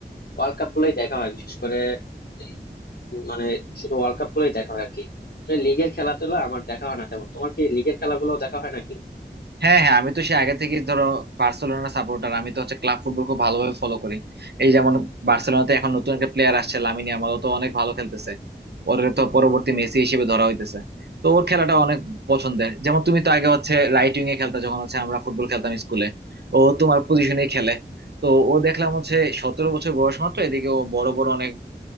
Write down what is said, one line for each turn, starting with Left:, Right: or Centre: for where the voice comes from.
Left: ওয়ার্ল্ড কাপ গুলোই দেখা হয় বিশেষ করে এই মানে শুধু ওয়ার্ল্ড কাপ গুলোই দেখা হয় আর কি লিগের খেলা টেলা আমার দেখা হয় না তেমন তোমার কি লিগের খেলাগুলো দেখা হয় নাকি
Right: হ্যাঁ হ্যাঁ আমি তো সে আগে থেকেই ধরো বার্সেলোনা সাপোর্টার আমি তো হচ্ছে ক্লাব ফুটবল খুব ভালোভাবে ফলো করি এই যেমন বার্সেলোনাতে এখন নতুন একটা প্লেয়ার আসছে লামিন ইয়ামাল ও তো অনেক ভালো খেলতেছে ওর তো পরবর্তী মেসি হিসেবে ধরা হইতেছে তো ওর খেলাটা অনেক পছন্দের যেমন তুমি তো আগে হচ্ছে রাইট উইং এ খেলতা যখন হচ্ছে আমরা ফুটবল খেলতাম স্কুলে ও তোমার পজিশনেই খেলে তো ও দেখলাম হচ্ছে সতেরো বছর বয়স মাত্র এদিকে ও বড় বড় অনেক